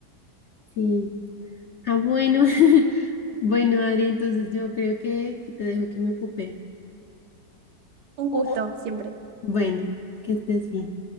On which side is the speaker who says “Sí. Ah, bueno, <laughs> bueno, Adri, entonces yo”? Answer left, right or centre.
Left